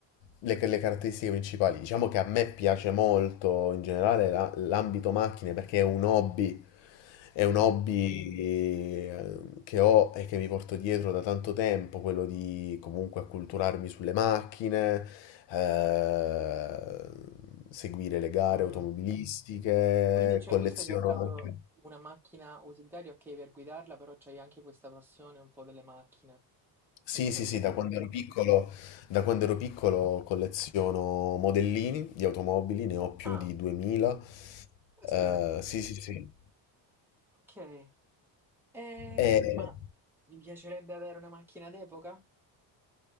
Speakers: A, on the left; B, in the centre.
A: le, le caratteristiche principali. Diciamo che a me piace molto in generale la- l'ambito macchine perché è un hobby, è
B: mm,
A: un hobby eh, che ho e che mi porto dietro da tanto tempo, quello di comunque acculturarmi sulle macchine, eh, seguire le gare
B: mm.
A: automobilistiche,
B: Quindi, cioè,
A: colleziono
B: tu stai cercando
A: anche.
B: una macchina utilitaria, ok, per guidarla, però c'hai anche questa passione un po' delle macchine,
A: Sì,
B: mi sembra
A: sì,
B: di
A: sì,
B: capire.
A: da quando ero piccolo, da quando ero piccolo colleziono modellini di automobili, ne ho più
B: Ah,
A: di 2000.
B: caspita,
A: Eh, sì, sì, sì.
B: ok. E
A: E,
B: che- ma ti piacerebbe avere una macchina d'epoca?